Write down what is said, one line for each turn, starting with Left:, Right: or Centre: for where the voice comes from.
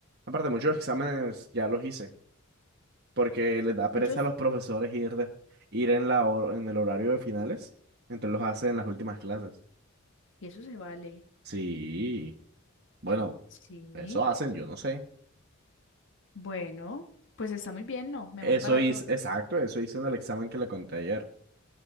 Right: Aparte, muchos exámenes ya los hice porque les da pereza
Left: Muchos.
Right: a los profesores ir, de- ir en la hor- en el horario de finales, entonces los hacen en las últimas clases.
Left: Y eso se vale.
Right: Sí. Bueno,
Left: Sí.
Right: eso hacen, yo no sé.
Left: Bueno, pues está muy bien, ¿no? Mejor
Right: Eso
Left: para
Right: hice,
Left: todos.
Right: exacto, eso hice en el examen que le conté ayer.